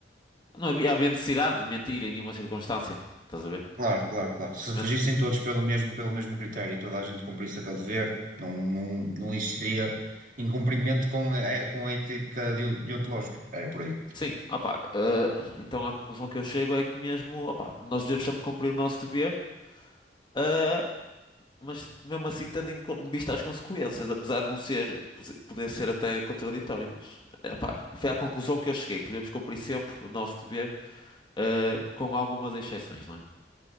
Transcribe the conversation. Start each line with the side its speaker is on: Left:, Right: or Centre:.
Left: Não havia, havia necessidade de mentir em nenhuma circunstância. Estás a ver?
Right: Claro, claro, claro. Se
Left: Simplesmente.
Right: regissem todos pelo mesmo, pelo mesmo critério e toda a gente cumprisse aquele dever, não, não, não existiria incumprimento com a, com a ética deo- deontológica. Era por aí.
Left: Sim, opá. eh, então a conclusão que eu chego é que mesmo, opá, nós devemos sempre cumprir o nosso dever. eh, mas mesmo assim tendo em co- em vista as consequências, apesar de não ser, pose- poder ser até contraditório, mas epá, foi à conclusão que eu cheguei, que devemos cumprir sempre o nosso dever, eh, com algumas exceções, não é?